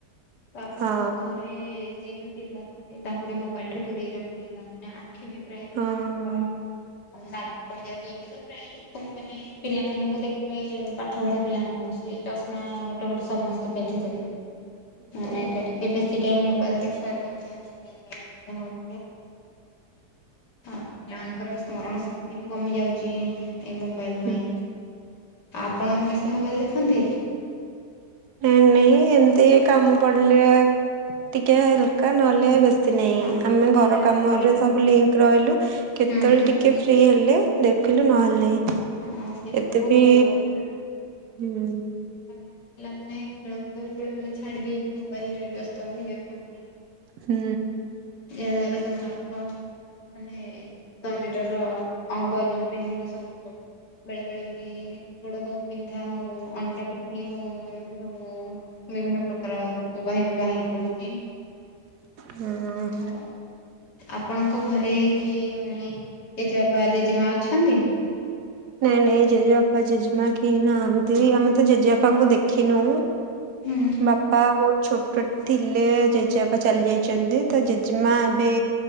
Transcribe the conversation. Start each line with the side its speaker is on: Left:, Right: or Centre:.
Left: ତ ଆପଣଙ୍କ
Right: ହଁ
Left: ଘରେ ଯିଏ ବି ପିଲା ଥିବେ ତାଙ୍କୁ ଟିକେ ମୋବାଇଲଠୁ ଦୂରେଇ କି ରଖିବେ କାହିଁକି ନା ଆଖି ବି ପ୍ରାୟ
Right: ହଁ
Left: ପିଲା ମାନଙ୍କର
Right: ହଁ
Left: ନାଲି ପଡି ଯାଉଛି ଏବେ ତ ପ୍ରାୟ ଲୋକ ମାନେ ପିଲାମାନଙ୍କୁ ଦେଖିବେ ପାଠ ପଢା ପିଲାମାନଙ୍କୁ ଚଷମା ଗୋଟେ ଗୋଟେ ସମସ୍ତେ ପିନ୍ଧିଥିବେ। ନା ନା ଏଇଟା ଟିକେ ବେଶୀ ସେ ଟାଇମ ମୋବାଇଲ ଦେଖିବାର ଅସୁବିଧା ହଉଛି। ଆଉ ପିଲାମାନଙ୍କର ସ୍ମରଣ ଶକ୍ତି ବି କମି ଯାଉଛି। ଏଇ ମୋବାଇଲ ପାଇଁ
Right: ହୁଁ
Left: ଆଉ ଆପଣ ବେଶି ମୋବାଇଲ ଦେଖନ୍ତି?
Right: ନାଇଁ ନାଇଁ ଏମତି କାମ ପଡିଲେ ଟିକେ ହଲକା ନହେଲେ ବେ ଶୀତ ନାଇଁ
Left: ହଁ
Right: ଆମେ
Left: ସେଇଟା
Right: ଘର
Left: ତ
Right: କାମରେ
Left: ଭଲ
Right: ସବୁ ଲିଙ୍କ ରହିଲୁ କେତେବେଳେ
Left: ହୁଁ
Right: ଟିକେ ଫ୍ରି ହେଲେ ଦେଖିଲୁ ନହେଲେ ନାଇଁ
Left: ହଁ ସେଇଟା
Right: ଏତେ
Left: ତ ବହୁତ
Right: ବି
Left: ଭଲ କଥା।
Right: ହୁଁ।
Left: ତାପରେ ପିଲାମାନେ ଖେଳକୁଦରେ ବେଳେ ବେଳେ ଛାଡି ଦେଇକି ମୋବାଇଲରେ ବ୍ୟସ୍ତ ରହିଯାଉଛନ୍ତି।
Right: ହୁଁ।
Left: ଏହା ଦ୍ବାରା ସେମାନଙ୍କର ମାନେ ଶରୀରର ଅଙ୍ଗ ଯୋଉ ଦେହର ସବୁ ବେଳେ ବେଳେ ବି ଗୋଡ ହଉ ବିନ୍ଧା ଆଉ ଅଣ୍ଟା ପିଠି ହଉ ଏମିତି ସବୁ ବିଭିନ୍ନ ପ୍ରକାର ରୋଗ ବାହାରି ପଡୁଛି।
Right: ହୁଁ।
Left: ତ ଆପଣଙ୍କ ଘରେ କିଏ ମାନେ ଜେଜେବାପା ଜେଜେମା ଅଛନ୍ତି?
Right: ନାଇଁ ନାଇଁ ଜେଜେବାପା ଜେଜେମା କେହି ନାହାନ୍ତି ଆମେ ତ ଜେଜେବାପାଙ୍କୁ ଦେଖିନୁ।
Left: ହୁଁ
Right: ବାପା ବହୁତ ଛୋଟ ଥିଲେ ଜେଜେବାପା ଚାଲି ଯାଇଛନ୍ତି ତା ଜେଜେମା ଏବେ